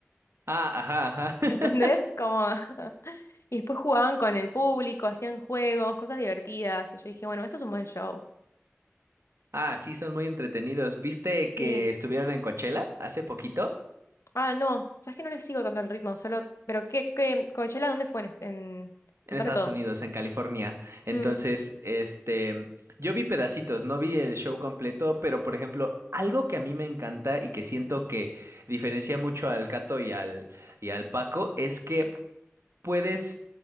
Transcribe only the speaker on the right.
Ah, ajá, ajá. <laughs>
Ah, sí, son muy entretenidos. ¿Viste
que estuvieron en Coachella hace poquito?
En
Estados
Unidos, en California. Entonces,
este, yo vi pedacitos, no vi el show completo, pero por ejemplo, algo que a mí me encanta y que siento que diferencia mucho al Cato y al, y al Paco es que puedes